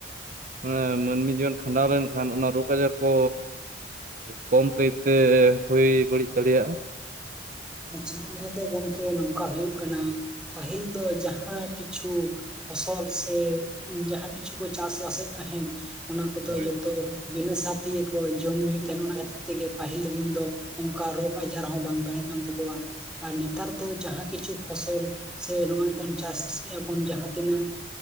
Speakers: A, on the right (about 45°); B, in the centre.
A: ᱢᱟᱱᱮ ᱢᱟᱹᱱᱢᱤ ᱡᱤᱭᱚᱱᱼᱼ ᱠᱷᱟᱸᱰᱟᱣ ᱞᱮᱱᱠᱷᱟᱱ ᱚᱱᱟ ᱨᱳᱜᱽ ᱟᱡᱟᱨ ᱠᱚ ᱠᱚᱢ ᱠᱟᱹᱭᱛᱮ ᱦᱩᱭ ᱵᱟᱹᱲᱤᱡ ᱫᱟᱲᱮᱭᱟᱜᱼᱟ᱾
B: ᱟᱪᱪᱷᱟ ᱚᱱᱟ ᱫᱚ ᱜᱚᱢᱠᱮ ᱱᱚᱝᱠᱟ ᱦᱩᱭᱩᱜ ᱠᱟᱱᱟ ᱯᱟᱹᱦᱤᱞ ᱫᱚ ᱡᱟᱦᱟᱸ ᱠᱤᱪᱷᱩᱼᱼ ᱯᱷᱚᱥᱚᱞ ᱥᱮ ᱡᱟᱦᱟᱸ ᱠᱤᱪᱷᱩ ᱠᱚ ᱪᱟᱥᱵᱟᱥᱮᱫ ᱛᱟᱦᱮᱸᱱ ᱚᱱᱟ ᱠᱚᱫᱚ
A: ᱦᱳᱭ
B: ᱡᱚᱛᱚᱼᱼ ᱵᱤᱱᱟᱹ ᱥᱟᱨ ᱛᱮᱜᱮ ᱠᱚ ᱡᱚᱢ ᱧᱩᱭᱮᱫ ᱛᱟᱦᱮᱱ ᱚᱱᱟ ᱠᱷᱟᱹᱛᱤᱨ ᱛᱮᱜᱮ ᱯᱟᱹᱦᱤᱞ ᱨᱮᱱ ᱫᱚᱼᱼ ᱚᱝᱠᱟ ᱨᱳᱜᱽ ᱟᱡᱟᱨ ᱦᱚᱸ ᱵᱟᱝ ᱛᱟᱦᱮᱸ ᱠᱟᱱ ᱛᱟᱠᱚᱣᱟ ᱟᱨ ᱱᱮᱛᱟᱨ ᱫᱚ ᱡᱟᱦᱟᱸ ᱠᱤᱪᱷᱩ ᱯᱷᱚᱥᱚᱞᱼᱼ ᱥᱮ ᱱᱚᱜᱼᱚᱭ ᱵᱚᱱ ᱪᱟᱥᱤᱭᱟᱵᱚᱱ ᱡᱟᱦᱟᱸ ᱛᱤᱱᱟᱹᱜᱼᱼ